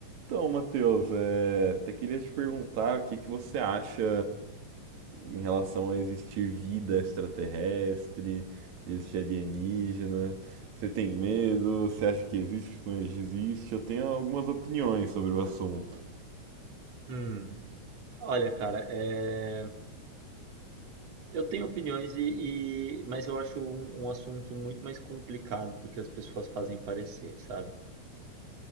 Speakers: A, on the right; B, on the right.
A: Então, Matheus, é, até queria te perguntar o que que você acha em relação a existir vida extraterrestre, existir alienígena. Você tem medo? Você acha que existe, que não existe? Eu tenho algumas opiniões sobre o assunto.
B: Hum, olha, cara, é, eu tenho opiniões e, e- mas eu acho um, um assunto muito mais complicado do que as pessoas fazem parecer, sabe?